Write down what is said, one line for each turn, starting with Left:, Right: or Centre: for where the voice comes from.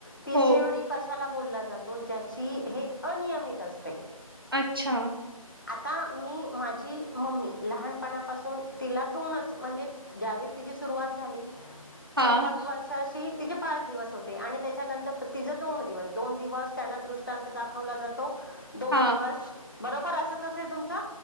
Left: पिसिव्हडी
Right: हो,
Left: कशाला बोलला जातो ज्याची हे अनियमित असते.
Right: अच्छा
Left: आता मी माझी मम्मी लहानपणापासून तिला दोनच म्हणजे ज्यावेस तिची सुरुवात झाली
Right: हां,
Left: खूपच वर्ष तिचेे पाच दिवस होते आणि त्याच्यानंतर तिचा दोन दिवस दोन दिवस त्यांना दृष्टांत दाखवला जातो दोन
Right: हां,
Left: दिवस बरोबर असंच असेल तुमचं